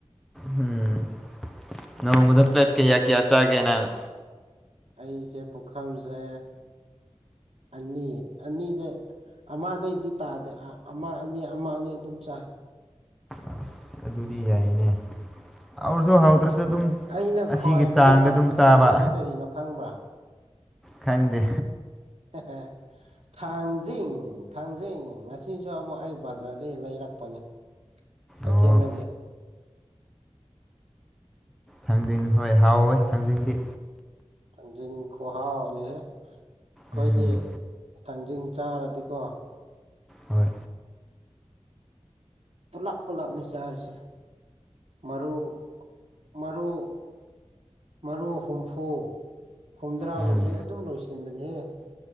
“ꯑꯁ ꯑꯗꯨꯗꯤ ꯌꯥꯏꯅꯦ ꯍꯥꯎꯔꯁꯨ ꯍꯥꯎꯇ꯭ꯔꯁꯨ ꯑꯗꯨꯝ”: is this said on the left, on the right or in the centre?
Centre